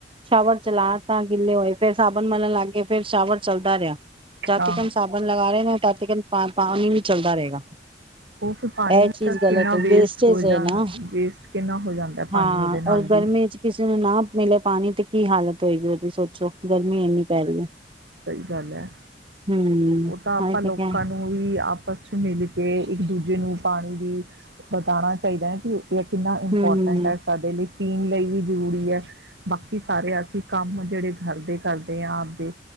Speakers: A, on the right (about 30°); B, on the right (about 80°).
A: ਸ਼ੋਵਰ ਚਲਾ ਤਾ ਗਿੱਲੇ ਹੋਏ ਫਿਰ ਸਾਬਣ ਮਨਣ ਲੱਗ ਗਏ ਫੇਿਰ ਸ਼ਾਵਰ ਚੱਲਦਾ ਰਿਹਾ ਜਾਤ
B: ਹਾਂ
A: ਟਿਕਣ ਸਾਬਣ ਲਗਾ ਰਹੇ ਨੇ ਤਦ ਟਿਕਨ ਪਾਣੀ ਵੀ ਚੱਲਦਾ ਰਹੇਗਾ
B: ਉਹ ਫਿਰ ਪਾਣੀ
A: ਇਹ
B: ਵੀ
A: ਚੀਜ਼
B: ਤਾਂ
A: ਗਲਤ
B: ਕਿੰਨਾ
A: ਹੈ
B: ਵੇਸਟ
A: ਵੇਸਟੇਜ
B: ਹੋ ਜਾਣਾ
A: ਹੈ ਨਾ
B: ਵੇਸਟ ਕਿੰਨਾ ਹੋ ਜਾਂਦਾ ਹੈ ਪਾਣੀ
A: ਹਾਂ
B: ਉਹਦੇ ਨਾਲ
A: ਔਰ ਗਰਮੀ
B: ਵੀ
A: ਚ ਕਿਸੇ ਨੂੰ ਨਾ ਮਿਲੇ ਪਾਣੀ ਤੇ ਕੀ ਹਾਲਤ ਹੋਏਗੀ ਉਹਦੀ ਸੋਚੋ ਗਰਮੀ ਇੰਨੀ ਪੈ ਰਹੀ ਹੈ
B: ਸਹੀ ਗੱਲ ਹੈ
A: ਹੂੰ।
B: ਉਹ ਤਾਂ ਆਪਾਂ
A: ਹਾਂ
B: ਲੋਕਾਂ
A: ਤੇ ਕਿਆ
B: ਨੂੰ ਵੀ ਆਪਸ ਚ ਮਿਲ ਕੇ ਇੱਕ ਦੂਜੇ ਨੂੰ ਪਾਣੀ ਦੀ ਸਤਾਉਣਾ ਚਾਹੀਦਾ ਹੈ ਕਿ ਕਿੰਨਾ ਇੰਪੋਰਟੈਂਟ
A: ਹੂੰ
B: ਹੈ ਸਾਡੇ ਲਈ ਪੀਣ ਲਈ ਵੀ ਜ਼ਰੂਰੀ ਹੈ ਬਾਕੀ ਸਾਰੇ ਅਸੀਂ ਕੰਮ ਜਿਹੜੇ ਘਰ ਦੇ ਕਰਦੇ ਹਾਂ ਆਪਦੇ